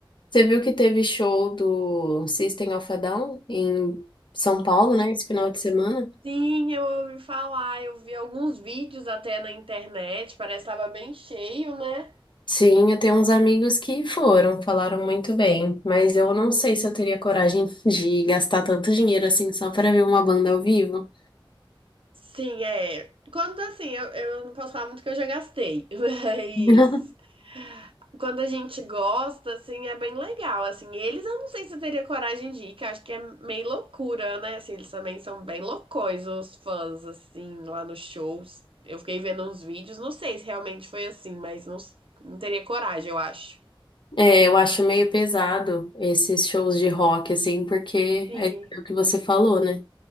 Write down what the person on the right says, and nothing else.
Sim, eu ouvi falar, eu vi alguns vídeos até na internet, parece que tava bem cheio, né?
Sim, é. Quando assim, eu, eu não posso falar muito que eu já gastei, <laughs> mas
quando a gente gosta, assim, é bem legal. Assim, eles eu não sei se eu teria coragem de ir, que eu acho que é meio loucura, né? Assim, eles também são bem loucões, os fãs, assim, lá nos shows. Eu fiquei vendo uns vídeos, não sei se realmente foi assim, mas não, não teria coragem, eu acho.
Sim.